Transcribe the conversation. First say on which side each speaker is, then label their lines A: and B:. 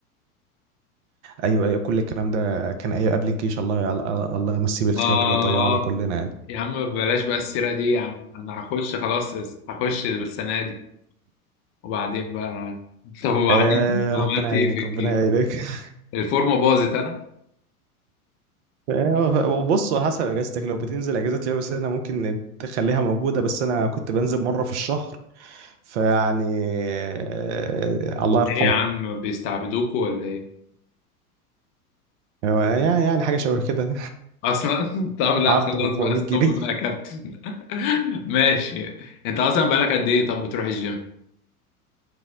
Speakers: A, on the right; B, on the left.
A: ايوه ايوه كل الكلام ده كان ايوه قبل الجيش الله الله الله يمسيه بالخير
B: اه
A: ضيعنا كلنا يعني
B: يا عم بلاش بقى السيره دي يا عم انا هخش خلاص هخش السنه دي وبعدين بقى <laughs> طب وبعدين
A: آه
B: طب عملت
A: ربنا يعينك
B: ايه في الجيش
A: ربنا يعينك <laughs>
B: الفورمه باظت ها
A: آه، بص على حسب اجازتك لو بتنزل اجازات يا بس انا ممكن تخليها موجوده بس انا كنت بنزل مره في الشهر فيعني آه، الله يرحمه
B: ايه يا عم بيستعبدوكوا ولا ايه
A: هو يع- يعني حاجه شبه كده
B: اصلا <laughs> طب لا
A: <laughs> عبد
B: خلاص
A: ب 400
B: بقى ستوب
A: جنيه
B: بقى يا كابتن <laughs> ماشي انت اصلا بقالك قد ايه طب بتروح الجيم